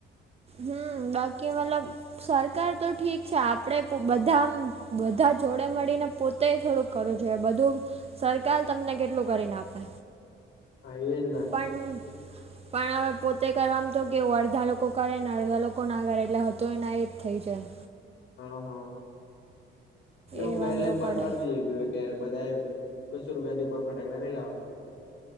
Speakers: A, on the right (about 30°); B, on the left (about 75°).
A: હું બાકી મતલબ, સરકાર તો ઠીક છે આપડે બ બધામ બધા જોડે મળીને, પોતે થોડુંક કરવું જોઈએ બધું સરકાર તમને કેટલું કરીને આપે.
B: હા એજ ને,
A: પણ, પણ હવે પોતે કરવામ તો કેવું અડધા લોકો કરે ને અડધા લોકો ના કરે એટલે હતું એના એ જ થઈ જાય.
B: હા હા એવું
A: એ
B: ગાઈડલાઈન
A: વાંધો પડે
B: બાર પાડી દેે જોએ. કે બધાએ બસ્સો રૂપિયા થી ઉપર ફટાકડા નઈ લાવાના.